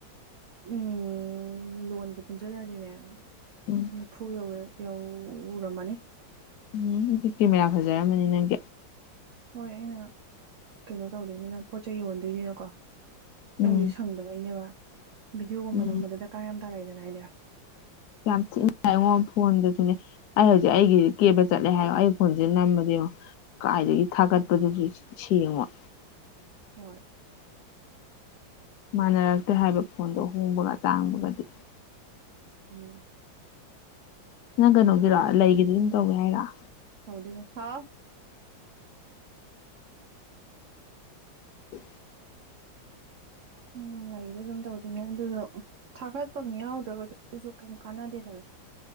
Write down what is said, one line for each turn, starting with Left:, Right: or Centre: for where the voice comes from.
Right: ꯎꯝ ꯂꯣꯟꯒ ꯄꯨꯟꯖꯜꯂꯗꯤꯅꯦ
Left: ꯎꯝ
Right: ꯅꯤꯐꯨ ꯌꯧꯋ‌ꯦ ꯌꯧꯔꯝꯃꯅꯤ
Left: ꯎꯝ ꯗꯨ ꯀꯦꯃꯦꯔꯥ ꯐꯖꯔꯃꯅꯤ ꯅꯪꯒꯤ
Right: ꯍꯣꯏ ꯑꯩꯅ ꯀꯩꯅꯣ ꯇꯧꯗꯣꯏꯅꯤꯅ ꯄꯣꯠ ꯆꯩꯩ ꯌꯣꯟꯗꯣꯏꯅꯤꯅꯀꯣ ꯑꯩ
Left: ꯎꯝ
Right: ꯍꯧꯖꯤꯛ ꯁꯪꯗꯕꯩꯅ‌ꯦꯕ ꯚꯤꯗꯤꯑꯣꯒꯨꯝꯕ
Left: ꯎꯝ
Right: ꯅꯝꯕꯗ ꯗꯔꯀꯥꯔ ꯌꯥꯝ ꯇꯥꯔꯛꯏꯗꯅ ꯑꯩꯗꯤ
Left: ꯌꯥꯝ ꯊꯤꯅ <unintelligible> ꯉꯥꯏꯉꯣ ꯐꯣꯟꯗꯨꯁꯨꯅꯦ ꯑꯩ ꯍꯧꯖꯤꯛ ꯑꯩꯒꯤ ꯀꯦꯕ ꯆꯠꯂꯦ ꯍꯥꯏꯌꯣ ꯑꯩ ꯐꯣꯟꯁꯤꯗ ꯅꯝꯕꯗꯣ ꯌ‌ꯦꯡ ꯀꯥꯏꯗꯒꯤ ꯊꯥꯒꯠꯄꯗꯨꯁꯨ ꯁꯦꯡꯉꯣꯏ
Right: ꯍꯣꯏ
Left: ꯃꯥꯟꯅꯔꯛꯇꯦ ꯍꯥꯏꯕ ꯐꯣꯟꯗꯣ ꯑꯍꯣꯡꯕꯒ ꯑꯇꯥꯡꯕꯒꯗꯤ
Right: ꯎꯝ
Left: ꯅꯪ ꯀꯩꯅꯣꯒꯤꯔꯣ ꯂꯩꯒꯤꯗꯨ ꯗꯨꯝ ꯇꯧꯒꯦ ꯍꯥꯏꯔ‌ꯣ
Right: ꯇꯧꯗꯨꯏꯅꯦ ꯍꯥꯥꯎ
Left: <unintelligible>
Right: ꯎꯝ ꯂꯩꯗꯣ ꯑꯗꯨꯝ ꯇꯧꯗꯣꯏꯅꯦ ꯑꯗꯨꯗꯣ ꯊꯥꯒꯠꯄꯝ ꯌꯥꯎꯗ꯭ꯔꯒꯗꯤ ꯑꯗꯨꯁꯨ ꯀꯩꯝ ꯀꯥꯟꯅꯗꯦꯗꯅ